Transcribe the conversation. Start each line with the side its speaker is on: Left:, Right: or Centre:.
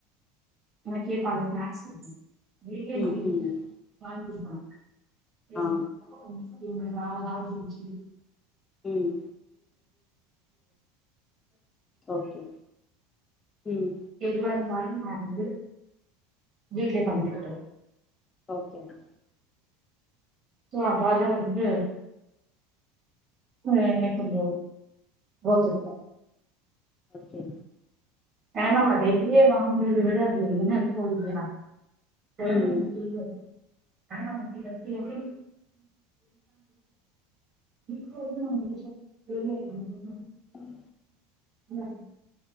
Right: ந கேட்பாங்க ஸ்நாக்ஸ் <unintelligible>
Left: ம் ம் ம் ஆ
Right: உம் யாராவது <unintelligible> உம்
Left: ம் ஓகே ம்
Right: எதுவ இருந்தாலும் நான் வந்து வீட்லயே பண்ணிட்டு
Left: ஓகேங்க
Right: சோ அதால வந்து ஹ எனக்கும் போதும் ஓகே
Left: ஓகே
Right: ஏன்னா நம்ம வெளிய வாங்கதரவிட அதுல என்ன இருக்கோம் இல்லய வேறய
Left: ம்
Right: அனுப்பிருக்கே ஆஹா கேக்குது இப்ப வந்து உம்-உம்
Left: கும்
Right: இல்ல